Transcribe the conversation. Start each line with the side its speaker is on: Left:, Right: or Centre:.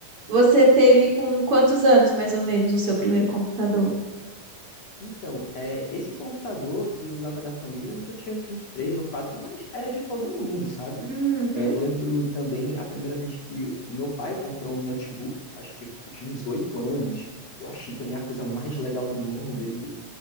Right: Você teve com quantos anos, mais ou menos, o seu primeiro computador?
Left: Então, é, esse computador que eu usava da família, eu lembro que eu tinha, tinha uns três ou quatro, mas era de todo mundo, sabe?
Right: Uhum,
Left: É, eu lembro também a primeira vez que o meu pai comprou um notebook, acho que eu tinha uns oito anos. Eu achei também a coisa mais legal do mundo. Ele